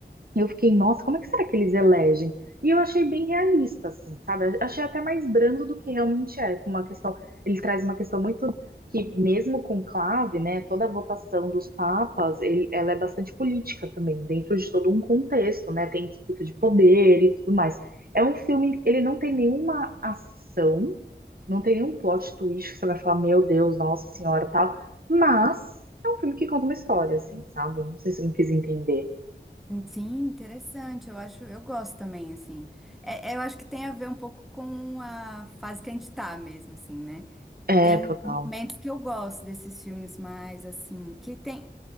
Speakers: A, on the right; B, in the centre.
A: eu fiquei, nossa, como é que será que eles elegem? E eu achei bem realista, assim, sabe? Achei até mais brando do que realmente é, com uma questão, ele traz uma questão muito que mesmo com clave, né, toda a votação dos papas, ele- ela é bastante política também, dentro de todo um contexto, né? Tem disputa de poder e tudo mais. É um filme, ele não tem nenhuma ação, não tem nenhum plot twist que você vai falar, meu Deus, nossa senhora, tal, mas é um filme que conta uma história, assim, sabe? Não sei se eu me fiz entender.
B: Sim, interessante. Eu acho, eu gosto também, assim. É, é, eu acho que tem a ver um pouco com a fase que a gente tá mesmo, assim, né?
A: É,
B: Tem
A: total.
B: momentos que eu gosto desses filmes mais, assim, que tem,